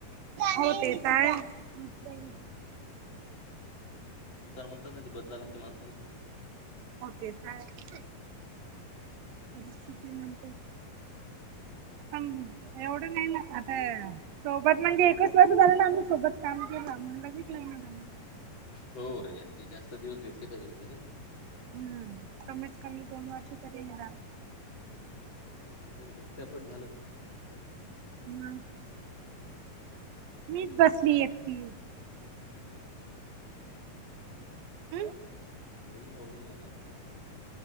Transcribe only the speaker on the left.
तर म्हणतात ना ते बदला लागते माणसाला
ह
हो रे. ती जास्त दिवस भेटली पाहिजे होती. आहे का नाही?
हो ना. तिच लगेच झट का पट झालं. आहे ना?
ना
होईल ना होईल ना आता.